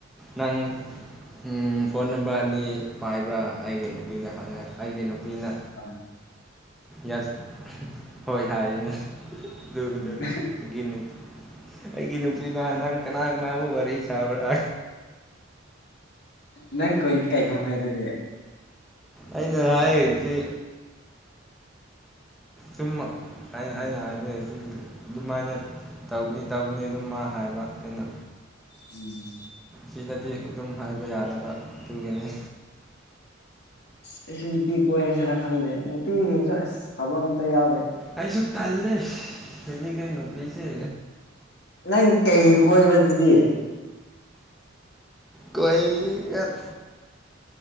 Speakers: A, in the centre; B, on the left.
A: ꯅꯪ ꯎꯝ ꯐꯣꯟ ꯅꯝꯕꯔ ꯑꯅꯤ ꯄꯥꯏꯕ꯭ꯔꯥ ꯑꯩꯒꯤ ꯅꯨꯄꯤꯗ ꯍꯪꯉꯦ ꯑꯩꯒꯤ ꯅꯨꯄꯤꯅ
B: ꯑ
A: ꯌꯦꯁ ꯍꯣꯏ ꯍꯥꯏꯌꯦꯅꯦ ꯗꯨꯒꯗꯨ
B: ꯎꯝ
A: ꯒꯤꯅꯨ ꯑꯩꯒꯤ ꯅꯨꯄꯤꯅ ꯅꯪ ꯀꯅꯥ ꯀꯅꯥꯕꯨ ꯋꯥꯔꯤ ꯁꯥꯕ꯭ꯔꯥ
B: ꯅꯪ ꯀꯨꯏ ꯀꯩ ꯈꯨꯝꯃꯦ ꯑꯗꯨꯗꯤ
A: ꯑꯩꯅ ꯍꯥꯏꯌꯦꯛꯊꯤ ꯁꯨꯝ ꯑꯩ
B: ꯎꯝ
A: ꯑꯩꯅ ꯍꯥꯏꯕꯅꯦ ꯁꯤ ꯅꯨ ꯑꯗꯨꯃꯥꯏꯅ ꯇꯧꯒꯅꯤ ꯇꯧꯒꯅꯤ ꯑꯗꯨꯝ ꯃꯥ ꯍꯥꯏꯕ ꯑꯩꯅ
B: ꯎꯝ
A: ꯁꯤꯗꯗꯤ ꯑꯗꯨꯝ ꯍꯥꯏꯕ ꯌꯥꯗꯕ ꯑꯗꯨꯒꯤꯅꯤ
B: ꯑꯩꯁꯨ ꯅꯨꯄꯤ ꯀꯣꯏꯔꯁꯤꯔ ꯈꯪꯗꯦ ꯅꯨꯄꯤꯁꯤꯡꯁꯨ ꯑꯁ ꯐꯕ ꯑꯝꯇ ꯌꯥꯎꯗꯦ
A: ꯑꯩꯁꯨ ꯇꯜꯂꯦ ꯍꯧꯖꯤꯛ ꯀꯩ ꯅꯨꯄꯤꯁꯦ
B: ꯅꯪ ꯀꯩꯒꯤ ꯀꯣꯏꯕ ꯑꯗꯨꯗꯤ
A: ꯀꯣꯏ ꯒꯠ